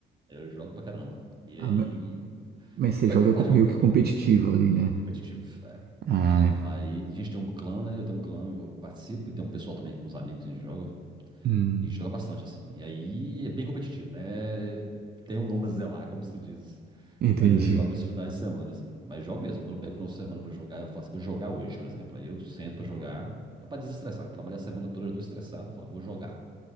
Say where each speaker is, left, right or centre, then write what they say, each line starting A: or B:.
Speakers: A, on the right; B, on the right.
A: eu jogo pra caramba. E
B: Ah,
A: aí.
B: ma- mas você
A: Tem
B: joga
A: tem que
B: co-
A: estar jogando,
B: meio que competitivo
A: né?
B: ali, né?
A: Competitivo. é.
B: Ah, é.
A: Aí a gente tem um clã, né? Eu tenho um clã que eu participo e tem um pessoal também, que uns amigos que a gente joga.
B: hum,
A: E joga bastante, assim. E aí é bem competitivo, né? Tem um nome a zelar, como se diz.
B: entendi.
A: E Aí eu jogo os finais de semana, assim. Mas jogo mesmo. Quando eu pego o final de semana pra jogar, eu falo assim, vou jogar hoje, por exemplo. Aí eu sento pra jogar, é pra desestressar. Eu trabalhei a semana toda, eu tô estressado, eu falo, vou jogar.